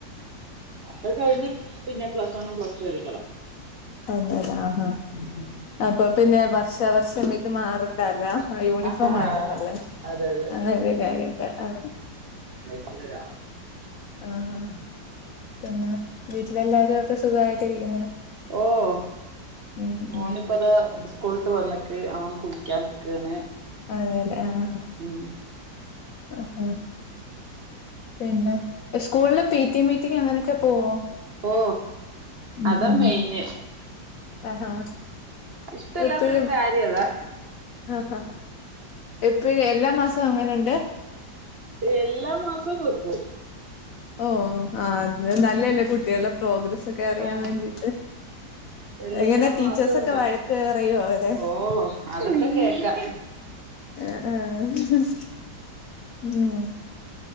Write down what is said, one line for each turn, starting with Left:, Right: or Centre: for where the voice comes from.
Right: അത് കഴിഞ്ഞ പിന്നെ പ്ലസ് വണ്ണും പ്ലസ്റ്റും ഒരു
Left: അതെ ആഹാ ആ അപ്പൊ പിന്നെ വർഷ ദെവസം ഇത് മാറണ്ടേലാ യൂണിഫോം
Right: ആഹ്
Left: മാറ്റണ്ടലാ
Right: അതെ അതെ
Left: അങ്ങല്ല കാര്യുണ്ട് ആ
Right: കയ്ച്ചു തരാ
Left: ആഹ് ആ പിന്നെ വീട്ടിലെല്ലാരും ഒക്കെ സുഖായിട്ടിരിക്കുന്നെ
Right: ഓഹ്
Left: ഉം
Right: മോന്
Left: ഉം
Right: ഇപ്പൊതാ സ് കൂൾട്ടുവന്നിട്ട് അവൻ കുളിക്കാൻ നിക്കാണ്
Left: അതേലെ ആഹ്
Right: ഉം
Left: ആഹ് പിന്നെ സ്കൂളില് പി ടി മീറ്റിംങ് അങ്ങനെയൊക്കെ പോവോ
Right: ഓ
Left: ഉം
Right: അതാ
Left: ഉം
Right: മെയിന്
Left: ആഹ് ആ
Right: ഇഷ്ടല്ലാത്തൊരു
Left: എപ്പഴും
Right: കാര്യം അതാ
Left: ആ ആ എപ്പഴും എല്ലാ മാസും അങ്ങനെണ്ട്
Right: എല്ലാ മാസവും വെക്കും
Left: ഓ ആ അത് നല്ലല്ലേ കുട്ടികളെ പ്രോഗ്രസ്സ് ഒക്കെ അറിയാൻ
Right: ആഹ്
Left: വേണ്ടീട്ട്
Right: എല്ലാ
Left: എങ്ങനെ ടീച്ചേർസ്
Right: മാസവും
Left: ഒക്കെ
Right: ഉണ്ടോ
Left: വഴക്കറിയോ അവരെ
Right: ഓ അതൊക്കെ കേക്കാ
Left: ആ ആഹ് ഉം